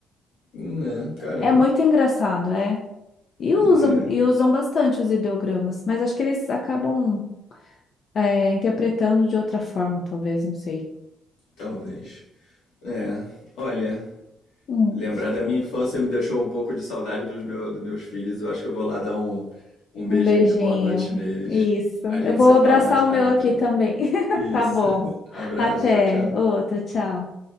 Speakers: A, on the left; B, on the left.
A: Né, caramba.
B: É muito engraçado, é. E
A: Né,
B: usam, e usam bastante os ideogramas, mas acho que eles acabam é, interpretando de outra forma, talvez, não sei.
A: talvez. É. Olha,
B: Hum.
A: Lembrar da minha infância me deixou um pouco de saudade dos, meu, dos meus filhos. Eu acho que eu vou lá dar um, um beijinho
B: Um beijinho.
A: de boa noite neles.
B: Isso.
A: A gente
B: Eu vou
A: se fala
B: abraçar
A: mais tarde,
B: o meu
A: então.
B: aqui também. <laughs>
A: Isso.
B: Tá bom.
A: <laughs> Abraço.
B: Até
A: Tchau, tchau.
B: outra, tchau.